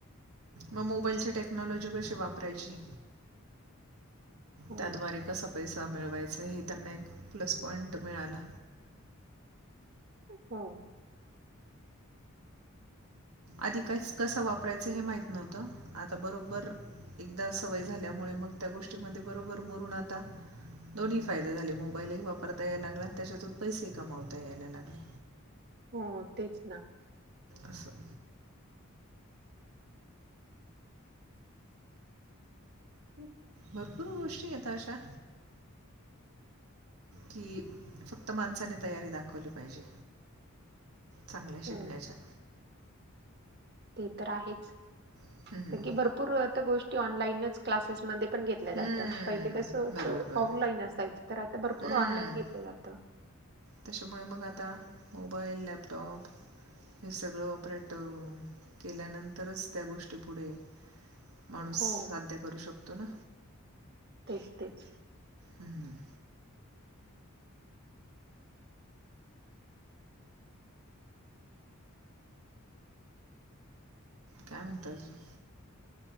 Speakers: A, on the right; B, on the right.
A: मग मोबाईलची टेक्नॉलॉजी कशी वापरायची?
B: हो
A: त्याद्वारे क स.. पैसा मिळवायचा हे त्यांना एक प्लस पॉइंट मिळाला.
B: हो.
A: आधी काहीच कस वापरायचं हे माहित नव्हतं आता बरोबर एकदा सवय झाल्यामुळे... मग त्या गोष्टीमध्ये बरोबर मुरून आता दोन्ही ही फायदे झाले मोबाईल ही वापरता यायला लागले आणि त्याच्यातून पैसेही कमावता यायला लागले.
B: हो तेच ना
A: असं
B: हम्
A: भरपूर गोष्टी यतायशा की फक्त माणसाने तयारी दाखवली पाहिजे. चांगल्या
B: हं,
A: शिकण्याच्या
B: ते तर आहेच
A: हम्म,
B: कारण
A: हम्म, हम्म.
B: की भरपूर आता गोष्टी ऑनलाईनच क्लासेसमध्ये पण घेतलं
A: हम्म,
B: जात पहिल कस असं
A: बरोबर बरोबर
B: ऑफलाईन असायच तर आता भरपूर
A: हम्म.
B: ऑनलाईन घेतलं जात.
A: त्याच्यामुळे मग आता मोबाईल लॅपटॉप हे सगळं ऑपरेट अ केल्यानंतरच त्या गोष्टी पुढे माणूस
B: हो
A: साध्य करू शकतो ना.
B: तेच तेच
A: हम्म काय म्हणता अजून